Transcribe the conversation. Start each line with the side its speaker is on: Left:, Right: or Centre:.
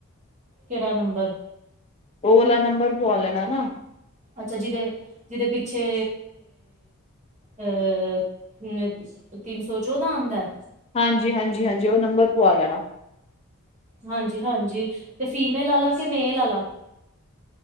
Right: ਕਿਹੜਾ ਨੰਬਰ
Left: ਉਹ ਵਲਾ, ਨੰਬਰ ਪਵਾ, ਲੈਣਾ ਨਾ।
Right: ਅੱਛਾ। ਜਿਦੇ -ਜਿਦੇ ਪਿੱਛੇ ਅਹ ਤਿੰਨ-ਸੌ ਚੋਦਾ ਆਂਦੈ।
Left: ਹਾਂਜੀ-ਹਾਂਜੀ-ਹਾਂਜੀ, ਉਹ ਨੰਬਰ ਪਵਾ ਲੈਣਾ।
Right: ਹਾਂਜੀ-ਹਾਂਜੀ ਤੇ ਫੀਮੇਲ ਅਲਾ ਕੇ, ਮੇਲ ਆਲਾ?